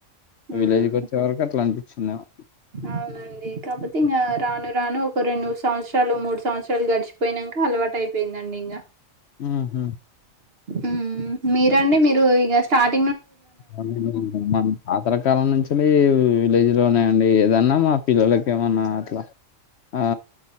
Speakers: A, on the right; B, on the left.
A: ఉమ్
B: విలేజ్కి వచ్చే వరకు అట్లా అనిపించిదిదేమో
A: అవునండి కాకపోతే ఇంకా రాను రాను ఒక రెండు సంవత్సరాలు మూడు సంవత్సరాలు గడిచిపోయినాక అలవాటు అయిపోయిందండి ఇంకా
B: ఉహు
A: ఊ మీరండి మీరు ఇక స్టార్ట్
B: అందుకే మన తాతల కాలం నుంచెలి కాలేజ్ లోనేయండి ఏదన్నా మా పిల్లలకి ఏమన్నా అట్లా ఆ